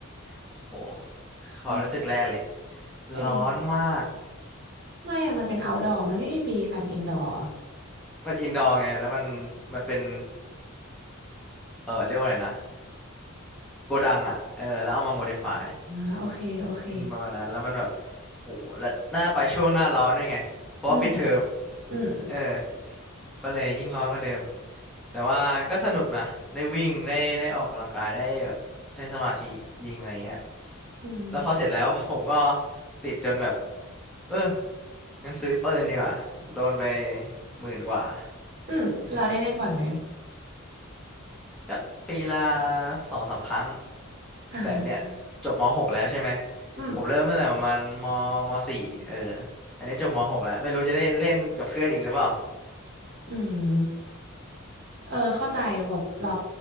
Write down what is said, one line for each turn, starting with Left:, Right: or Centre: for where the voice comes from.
Centre: ๆโหความรู้สึกแรกเลย
Right: อืมเป็นยังไง
Centre: ร้อนมาก
Right: ไม่อะมันเป็น outdoor มันไม่มีบีกัน indoor
Centre: <laughs> มันอินดอร์ไงแล้วมันมันเป็นเออเรียกว่าอะไรนะโกดังอ่ะเออแล้วเอามาโมดิฟาย
Right: อ่าโอเคโอเค
Centre: อืมประมาณนั้นแล้วมันแบบโหแล้วหน้าไปช่วงหน้าร้อนด้วยไงเพราะว่าปิดเทอม
Right: อืมอืม
Centre: เออก็เลยยิ่งร้อนกว่าเดิม แต่ว่าก็สนุกนะได้วิ่งได้ได้ออกกำลังกายได้แบบใช้สมาธิยิงอะไรเงี้ย
Right: อืม
Centre: แล้วพอเสร็จแล้ว <laughs> ผมก็ติดจนแบบเอองั้นซื้อปืนดีกว่าโดนไปหมื่นกว่า
Right: อืมเราได้เล่นบ่อยไหม
Centre: เออก็ปีละสองสามครั้ง
Right: อ่า
Centre: แต่เนี่ยจบมหกแล้วใช่ไหม
Right: อืม
Centre: ผมเริ่มตั้งแต่ประมาณมมสี่เอออันนี้จบมหกแล้วไม่รู้จะได้เล่นกับเพื่อนอีกหรือเปล่า
Right: อืม เออเข้าใจแบบเรา